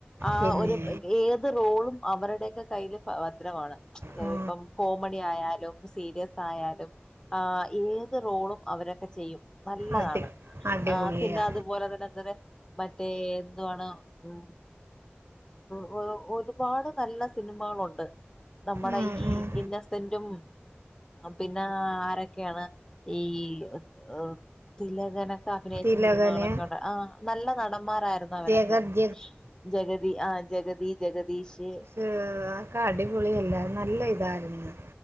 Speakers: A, on the left; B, on the right.
A: ആഹ്
B: പിന്നെ
A: ഒരു ഏത് റോളും അവരുടെയൊക്കെ കയ്യില് ഫ ഭദ്രമാണ്. ച്, അത്പ്പം
B: ആ
A: കോമടി ആയാലും സീരിയസ് ആയാലും, ആ ഏത് റോളും അവരൊക്കെ ചെയ്യും. നല്ലതാണ്.
B: അടി അടിപൊളിയാ
A: ആ പിന്നെ അതുപോലെ തന്നെ തന്നെ മറ്റേ എന്തുവാണ് <inaudible> ഹെ ഹ്, ഒരുപാട് നല്ല സിനിമകളുണ്ട്. നമ്മുടെ
B: ഉം
A: ഈ
B: ഉം
A: ഇന്നസെന്റും ആഹ് പിന്നെ ആരരക്കെയാണ് ഈഹത്ത് ഹ് തിലകന അഭിനയിച്ച
B: തിലകന്
A: സിനിമകളൊക്കെ ഒണ്ട് ആഹ് നല്ല നടന്മാരായിരുന്നു അവരൊക്കെ
B: ജഗത്
A: ജഗദ ആഹ് ജഗതി ജഗദീഷ് ജഗതി
B: ആഹ് കാടിപുളിയല്ല നല്ല ഇതായിരുന്നു.